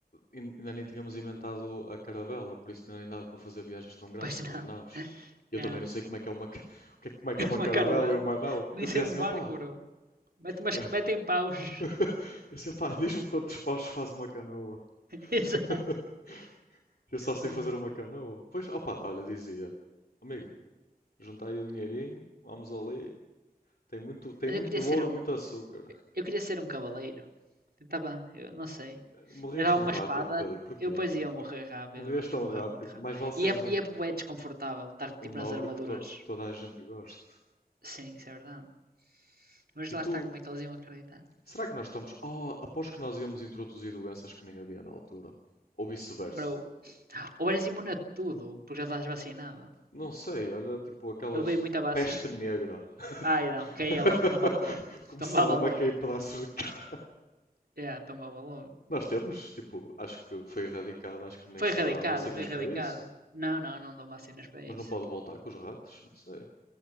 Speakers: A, on the left; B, on the right.
A: ain- ainda nem tínhamos inventado a caravela, por isso ainda nem dava para fazer viagens tão grandes,
B: Pois não.
A: nem naus. E Eu também
B: É
A: não sei como é que é uma, ca- <laughs> o que é- como é que
B: <laughs>
A: é uma
B: uma
A: caravela
B: caravela.
A: e uma nau.
B: Nem
A: Eu dizia
B: sei
A: assim,
B: um barco,
A: opá,
B: bro. Mete umas,
A: yeah.
B: metem paus. <laughs>
A: <laughs> eu dizia, opá, diz-me quantos paus faz uma canoa.
B: Exato.
A: <laughs> Eu só sei
B: Ah.
A: fazer uma canoa. Pois, opá, olha, dizia, amigo, juntai o dinheirinho, vamos ali, Tem muito, tem
B: Mas
A: muito
B: eu queria ser
A: ouro,
B: um.
A: muito açúcar.
B: Eu queria ser um cavaleiro. Tentava, eu não sei.
A: Eh, Morrias
B: Eu dava
A: tão
B: uma
A: rápido,
B: espada,
A: Pedro, porquê?
B: eu depois ia morrer rápido,
A: Morrias
B: não? é? Ia
A: tão
B: morrer
A: rápido.
B: muito rápido.
A: Mais vale seres
B: E é,
A: um,
B: e é bué desconfortável estar tipo
A: um nobre
B: nas armaduras.
A: que, to- que toda a gente goste.
B: Sim, isso é verdade. Mas
A: E
B: lá
A: tu,
B: está, como é que eles iam acreditar?
A: será que nós estamos. Oh, após que nós íamos introduzir doenças que nem havia na altura. Ou vice-versa.
B: Bro, ou eras imune a tudo, porque já estás vacinado.
A: Não sei, olha, tipo aquelas.
B: Eu levei muita vacina.
A: Peste negra.
B: Ai não, caía
A: <laughs>
B: logo, tombava logo. <laughs>
A: Começava
B: Tombava logo.
A: a cair pedaços de carne.
B: É, yeah, tombava logo.
A: Nós temos, tipo, acho que foi erradicado, acho que nem
B: Foi
A: se
B: erradicado,
A: dá vacinas
B: foi erradicado.
A: para isso.
B: Não, não, não dão vacinas para
A: Mas
B: isso.
A: não pode voltar com os ratos, não sei.